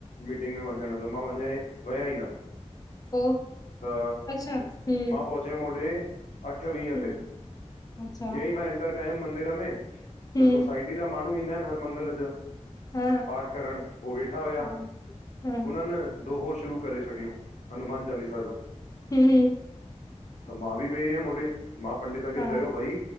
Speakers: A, on the left (about 70°); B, on the left (about 30°).
A: मीटिंग में वञण ॼो मां वञें वयाई न।
B: पो,
A: त
B: अच्छा हूं
A: मां पोहचयुमि होॾे अठ वीह
B: हूं
A: ते,
B: अच्छा
A: ॼीअंई मां एन् -टर कयमि मंदिर में,
B: हूं
A: त सोसाइटी जा माण्हूं ईंदा आहिनि हर मंगल जो
B: हा
A: पाठ करण, हो वेठा हुया,
B: हा हा हूं
A: हुननि दोहो शुरू करे छॾयऊं, हनुमान चालीसा जो
B: हुं हुं।
A: त मां ॿि वेही रहियमि होॾे, ई, मां पंडित खे
B: हा
A: चयो भई,